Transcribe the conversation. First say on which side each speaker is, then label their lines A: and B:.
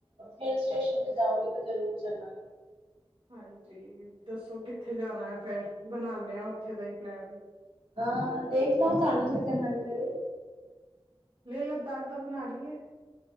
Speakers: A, on the right; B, on the right.
A: ਹਿਲ ਸਟੇਸ਼ਨ ਤੇ ਜਾਓਗੇ ਤਾਂ ਜ਼ਰੂਰ ਚੱਲਾਂਗੀ।
B: ਹਾਂਜੀ ਦੱਸੋ ਕਿੱਥੇ ਜਾਣਾ ਏ ਫਿਰ, ਬਨਾਉਂਦੇ ਹਾਂ ਉੱਥੇ ਦਾ ਹੀ ਪਲੈਨ।
A: ਹਾਂ ਦੇਖ ਲੋਂ ਤੁਹਾਨੂੰ ਜਿੱਥੇ ਮਨ ਕਰੇ।
B: ਲੇਹ ਲਦਾਖ ਦਾ ਬਣਾ ਲਈ ਏ।